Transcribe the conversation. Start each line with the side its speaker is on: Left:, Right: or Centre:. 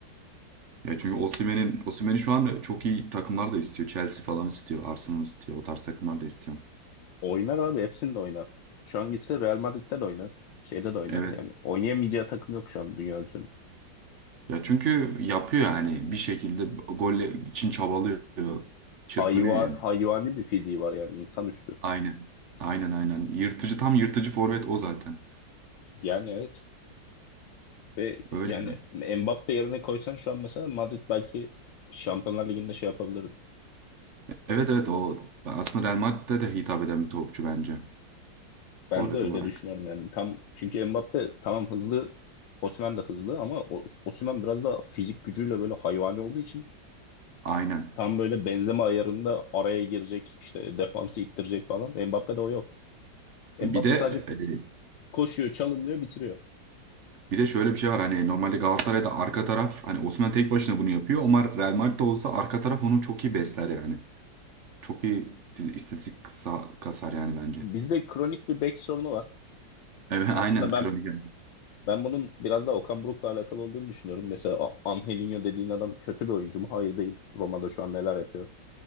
Right: Ya çünkü Osimhen'in Osimhen'i şu an çok iyi takımlar da istiyor. Chelsea falan istiyor, Arsenal istiyor. O tarz takımlar da istiyor.
Left: Oynar abi hepsinde oynar. Şu an gitse Real Madrid'de de oynar. Şeyde de oynar.
Right: Evet.
Left: Yani oynayamayacağı takım yok şu an dünya üzerinde.
Right: Ya çünkü yapıyor yani bir şekilde gol için çabalıyor, çırpınıyor
Left: hayva,
Right: yani.
Left: hayvani bir fiziği var yani insanüstü.
Right: Aynen. Aynen aynen. Yırtıcı tam yırtıcı forvet o zaten.
Left: Yani evet ve
Right: Öyle
Left: yani
Right: mi?
Left: Mbappe yerine koysan şu an mesela Madrid belki Şampiyonlar Ligi'nde şey yapabilirdi.
Right: Evet evet o aslında Real Madrid'de de hitap eden bir topçu bence.
Left: Ben
Right: Forvet
Left: de öyle
Right: olarak.
Left: düşünüyorum yani. Tam çünkü Mbappe tamam hızlı, Osimhen de hızlı ama o- Osimhen biraz da fizik gücüyle böyle hayvani olduğu için
Right: Aynen.
Left: tam böyle benzeme ayarında araya girecek, işte defansı ittirecek falan. Mbappe'de o yok. Mbappe
Right: Bir de
Left: sadece
Right: e,
Left: koşuyor, çalımlıyor, bitiriyor.
Right: bir de şöyle bir şey var hani normalde Galatasaray'da arka taraf hani Osimhen tek başına bunu yapıyor ama Real Madrid'de olsa arka taraf onu çok iyi besler yani. Çok iyi fiz- istatistik kısa- kasar yani bence.
Left: Bizde
Right: <laughs>
Left: kronik bir bek sorunu var.
Right: Evet
Left: Aslında
Right: aynen
Left: ben
Right: kronik. yani.
Left: Ben bunun biraz daha Okan Buruk'la alakalı olduğunu düşünüyorum. Mesela A- Angelinho dediğin adam kötü bir oyuncu mu? Hayır değil. Roma'da şu an neler yapıyor?